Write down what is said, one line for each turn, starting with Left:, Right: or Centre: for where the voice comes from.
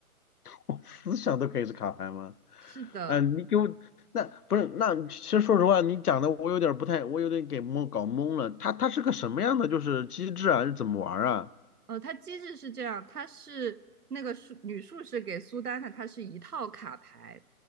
Left: 我思想都可以是卡牌吗？
Right: 是的。
Left: 嗯，你给我，那不是，那其实说实话，你讲的我有点儿不太，我有点给蒙搞懵了。它它是个什么样的就是机制啊？是怎么玩儿啊？
Right: 呃，它机制是这样，它是那个术女术士给苏丹的，它是一套卡牌，